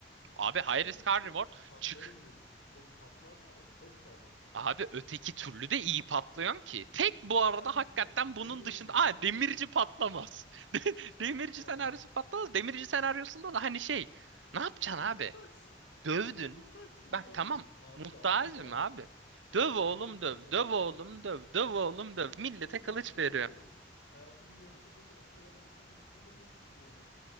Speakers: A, on the right (about 80°); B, on the left (about 75°).
A: Abi high
B: Durum
A: risk
B: şu.
A: high reward.
B: Patlayabilirsin.
A: çık.
B: Çok patlarsan da çok sağlam patlarsın
A: Abi
B: ama.
A: öteki türlü de iyi patlıyorsun ki. Tek bu arada
B: Ben
A: hakikaten
B: diyorum
A: bunun
B: demirci,
A: dışında... Aa
B: dwarf
A: demirci
B: gaming.
A: patlamaz. <laughs> De- Demirci
B: Yani
A: senaryosu patlamaz. Demirci senaryosunda da hani şey... Ne yapacaksın
B: Abi
A: abi?
B: muhtaçsın. Sen
A: Dövdün.
B: bana muhtaçsın
A: Bak
B: kardeşim.
A: tamam.
B: Abi
A: Muhtacım
B: daha ne daha
A: abi. Döv oğlum
B: kardeşim
A: döv.
B: dövmekten
A: Döv oğlum döv. Döv oğlum döv. Millete
B: 10
A: kılıç
B: ben tıp
A: veriyor.
B: okuyorum. Hayatımın yarısını zaten ortopedi ameliyatlarına geçirmeyi kabul etmişim yani.